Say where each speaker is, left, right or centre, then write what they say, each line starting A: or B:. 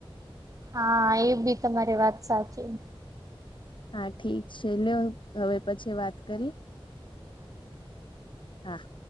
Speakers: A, on the right (about 35°); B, on the left (about 60°).
A: હા એ બી તમારી વાત સાચી.
B: હા ઠીક છે લે હવે પછી વાત કરી. હા.